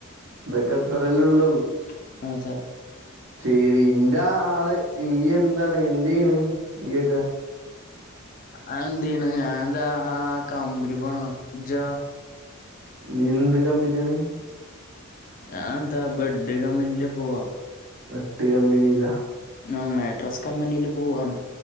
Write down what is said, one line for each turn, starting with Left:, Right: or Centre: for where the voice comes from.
Right: ഇതൊക്കെ ഇത്രല്ലേ ഉള്ളു
Left: <unintelligible>
Right: ശെരി ഇന്റെ ആള് ഇഹ് എന്താണ് എന്തെയ്യണ് നീയെക്ക
Left: അതെന്തെയ്യണ്. ഞാൻ ദാ ആഹ് കമ്പനി പോണ് ഇജ്ജോ?
Right: നീ എന്ത് കമ്പനിയാണ്
Left: ഞാൻ എന്താ ബെഡ് കമ്പനിലാ പോവാ
Right: ബെഡ് കമ്പിനിയിലാ
Left: ആ മാട്രസ് കമ്പനിൽ പോവാണ്